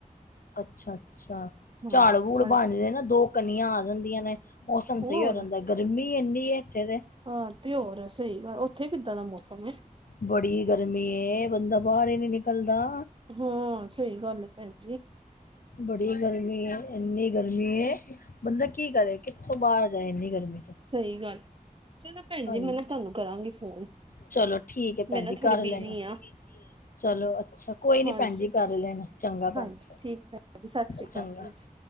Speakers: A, on the left; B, on the right.
A: ਅੱਛਾ-ਅੱਛਾ ਝਾੜ
B: ਹਾਂ
A: ਬੂੜ
B: ਕੱਲ
A: ਬ ਨਾ ਦੋ ਕਨੀਆਂ ਆ ਜਾਂਦੀਆਂ ਨੇ ਮੌਸਮ
B: ਹੋਰ
A: ਸ ਸਈ ਹੋ ਜਾਂਦਾ ਗਰਮੀ ਇੰਨੀ ਇੱਥੇ ਤੇ
B: ਹਾਂ ਤੇ ਹੋਰ ਸਈ ਗ ਉੱਥੇ ਕਿੱਦਾਂ ਦਾ ਮੌਸਮ ਏ।
A: ਬੜੀ ਗਰਮੀ ਏ ਬੰਦਾ ਬਾਰ ਹੀ ਨੀ ਨਿਕਲਦਾ।
B: ਹਾਂ ਸਈ ਗੱਲ ਐ ਭੈਣ ਜੀ।
A: ਬੜੀ ਗਰਮੀ ਏ ਇੰਨੀ ਗਰਮੀ ਏ ਬੰਦਾ ਕੀ ਕਰੇ ਕਿ ਓ ਬਾਰ ਜਾਏ ਇੰਨੀ ਗਰਮੀ 'ਚ
B: ਸਈ ਗੱਲ ਚਲੋ ਭੈਣ
A: ਹਾਂਜੀ
B: ਜੀ ਮੈਂ ਨਾ ਤੁਹਾਨੂੰ ਕਰਾਂਗੀ ਫੋਨ
A: ਚਲੋ ਠੀਕ ਹੈ ਭੈਣ
B: ਮੈਂ ਨਾ
A: ਜੀ
B: ਥੋੜੀ
A: ਕਰ ਲੈਣਾ।
B: ਬਿਜੀ ਹਾਂ
A: ਚਲੋ ਅੱਛਾ ਕੋਈ ਨੀ
B: ਹਾਂਜੀ
A: ਭੈਣ ਜੀ
B: ਠੀਕ
A: ਕਰ ਲੈਣਾ ਚੰਗਾ ਭੈਣ
B: ਹਾਂਜੀ
A: ਜੀ।
B: ਠੀਕ ਭੈਣ ਸਤਿ ਸ਼੍ਰੀ ਅਕਾਲ
A: ਚੰਗਾ
B: ਭੈਣ ਜੀ।